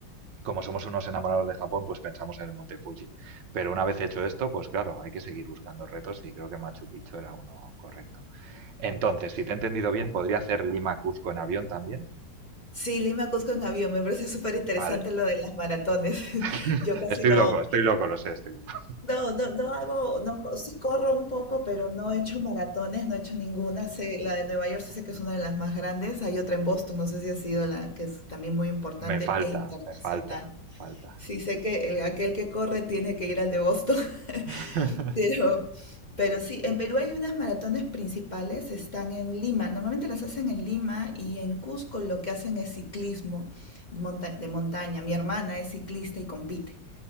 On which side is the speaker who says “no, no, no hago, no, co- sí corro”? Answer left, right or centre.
Left